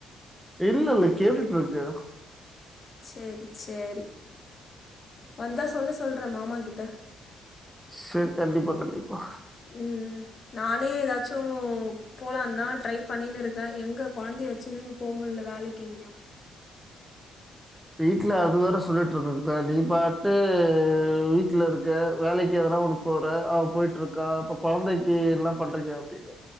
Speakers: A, in the centre; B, on the left.
A: இல்ல இல்ல கேட்டுட்டு இருக்கே
B: செரி செரி வந்தா சொல்ல சொல்றே மாமா கிட்ட
A: செரி கண்டிப்பா கண்டிப்பா
B: ம் நானே எதாச்சு போலாந்தா ட்ரை பண்ணின்னு இருக்கே எங்க கொழந்தைய வச்சுன்னு போ முட்ல வேலைக்கு எங்கயு
A: வீட்ல அது வேற சொல்லிட்டு இருக்குங்க நீ பாட்டு வீட்ல இருக்க வேலைக்கு எதுனா ஒன்னு போற அவ போய்ட்ருக்கா அப்ப கொழந்தைக்கு எல்லா பண்றீங்க அப்டின்னே